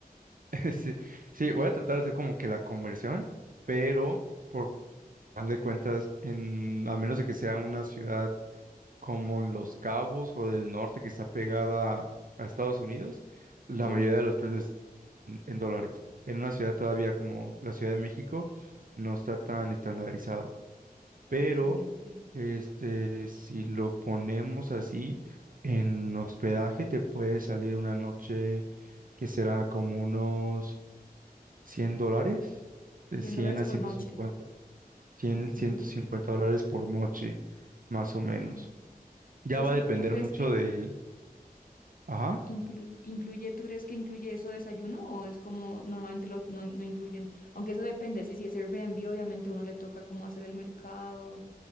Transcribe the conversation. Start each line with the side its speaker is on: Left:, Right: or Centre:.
Right: <laughs> Sí, sí, voy a tratar de hacer como que la conversión, pero por más de cuentas, en, a menos de que sea una ciudad como Los Cabos o del norte que está pegada a Estados Unidos, la
Left: ¿Sí?
Right: mayoría de los precios en, en dólares. En una ciudad todavía como la Ciudad de México no está tan estandarizado, pero
Left: Ok, ok.
Right: este si lo ponemos así en hospedaje te puede salir una noche que será como unos 100 dólares, de
Left: 100
Right: 100
Left: dólares
Right: a
Left: por
Right: ciento
Left: noche.
Right: cincuenta cien
Left: Ok.
Right: ciento
Left: Ujú,
Right: cincuenta dólares por noche, más o menos.
Left: Mm.
Right: Ya
Left: ¿Eso
Right: va a depender
Left: tú crees
Right: mucho
Left: que
Right: del, ajá,
Left: Incluye, incluye, ¿tú crees que incluye eso desayuno o es como normalmente los no, no incluyen? Aunque eso depende, si, si es Airbnb, obviamente uno le toca como hacer el mercado